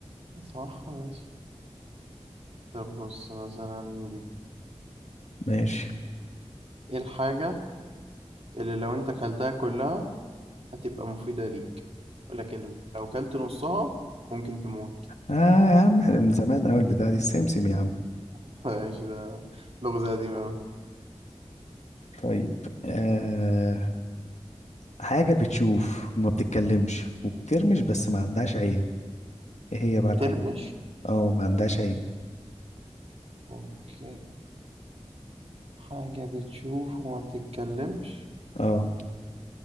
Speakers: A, on the right (about 60°); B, on the left (about 80°).
A: صح ماشي طب بص مثلا دي
B: ماشي
A: ايه الحاجة اللي لو انت كلتها كلها هتبقى مفيدة ليك ولكن لو كلت نصها ممكن تموت
B: اه يا عم إحنا من زمان أوي البتاعة دي السمسم يا عم
A: <laughs> ماشي ده لغز قديم اوي
B: طيب آه حاجة بتشوف وما بتتكلمش وبترمش بس ما عندهاش عين ايه هي
A: بترمش
B: بقى الحاجة دي؟ اه ما عندهاش عين
A: اوكي حاجة بتشوف وما بتتكلمش
B: اه